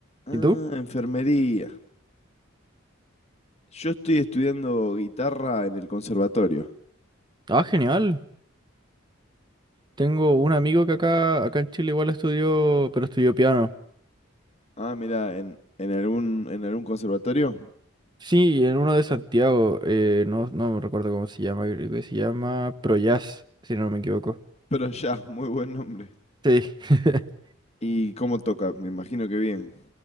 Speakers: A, on the right (about 20°); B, on the left (about 30°).
A: ¿Y
B: Ah,
A: tú?
B: enfermería. Yo estoy estudiando guitarra en el conservatorio.
A: Ah, genial. Tengo un amigo que acá, acá en Chile igual estudió, pero estudió piano.
B: Ah, mira, en, en algún en algún conservatorio.
A: Sí, en uno de Santiago, eh, no, no me recuerdo cómo se llama, creo que se llama Projazz, si no me equivoco.
B: Pero ya, muy buen nombre.
A: Sí, <laughs>
B: ¿Y cómo toca? Me imagino que bien.